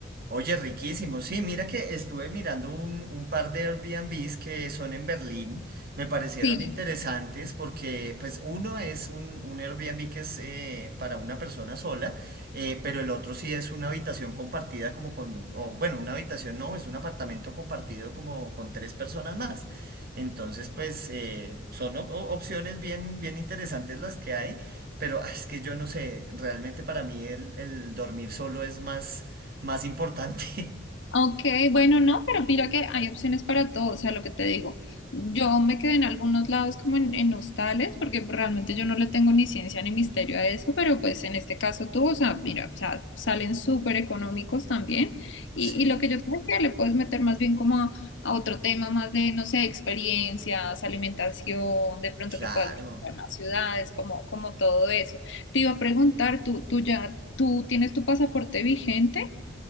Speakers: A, on the right (about 55°); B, on the left (about 70°).
A: Oye, riquísimo. Sí, mira que estuve mirando un, un par de Airbnbs que son en Berlín. Me parecieron
B: Sí,
A: interesantes porque, pues, uno es un, un Airbnb que es eh, para una persona sola, eh, pero el otro sí es una habitación compartida como con, o bueno, una habitación no, es un apartamento compartido como con tres personas más. Entonces, pues, eh, son op- o- opciones bien, bien interesantes las que hay, pero ah, es que yo no sé, realmente para mí el el dormir solo es más más importante. <laughs>
B: Ok, bueno, no, pero mira que hay opciones para todo, o sea, lo que te digo, yo me quedé en algunos lados como en, en hostales, porque realmente yo no le tengo ni ciencia ni misterio a eso, pero pues en este caso tú, o sea, mira, o sea, salen súper económicos también, y,
A: Sí,
B: y lo que yo creo que le puedes meter más bien como a, a otro tema más de, no sé, experiencias, alimentación, de pronto
A: claro.
B: que puedas visitar más ciudades, como, como todo eso. Te iba a preguntar, ¿tú, tú ya, tú tienes tu pasaporte vigente?